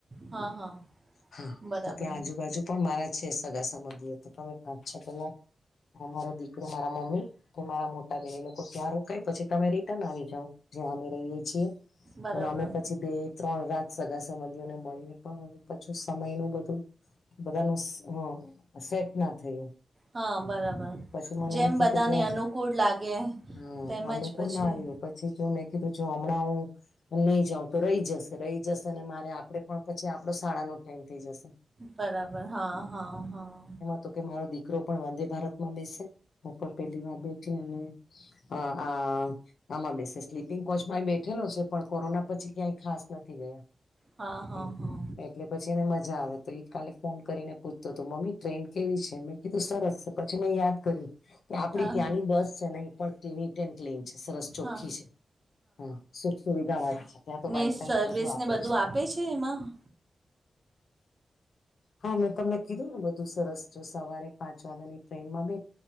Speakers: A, on the right; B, on the left.
A: હા, હા.
B: હા,
A: બરાબર.
B: તો ત્યાં આજુબાજુ પણ મારા છે, સગા સંબંધીયો તો પણ પાંચ, છ કલાક મારો દીકરો, મારા મમ્મી કે મારા મોટા બે લોકો ત્યાં રોકાય, પછી તમે રિટર્ન આવી. જ્યાં જ્યાં અમે રહીએ છીએ
A: બરાબર.
B: અને અમે પછી બે ત્રણ રાત સગા સંબંધીઓને મળીને પણ હું, પાછું સમયનું બધું- બધાનું હ સેટના થયું.
A: હા, બરાબર.
B: પછી મને
A: જેમ
B: એમ થયું
A: બધાને
B: કે જો
A: અનુકૂળ લાગે
B: હા
A: તેમજ
B: અનુકૂળ
A: પછી
B: ના આવ્યું પછી જો મેં કીધું જો હમણાં હું નહી જઉં. તો રહી જશે રહી, જશે અને મારે આપે પણ પછી આપડો શાળાનો ટાઈમ થઈ જશે.
A: બરાબર. હા હા હા.
B: તો કે મારો દીકરો પણ વંદે ભારતમાં બેસે. હું, પણ પહેલી વાર બેઠી અને હા. આમાં બેસે સ્લીપિંગ કોચમાં બેઠેલો છે, પણ કોરોના પછી ક્યાંય ખાસ નથી ગયા.
A: હા હા
B: હમ
A: હા.
B: એટલે પછી એને મજા આવે તો ઈ કાલે ફોન કરીને પૂછતો હતો, મમ્મી ટ્રેન કેવી છે? મેં કીધું સરસ છે. પછી મેં યાદ કર્યું, કે આપડી
A: હા હા
B: ત્યાંની બસ છે નહી. નિટ એન્ડ ક્લીન છે, સરસ ચોખ્ખી
A: હા
B: છે. હા, સુખ સુવિધા હોય છે. ત્યાં તો
A: ને
B: વાઈફાઈને
A: સર્વિસને
B: બધું આપે છે.
A: છે એમાં
B: હા, મેં તમને કીધું ને બધું સરસ જો સવારે પાંચ વાગ્યાની ટ્રેનમાં બઇ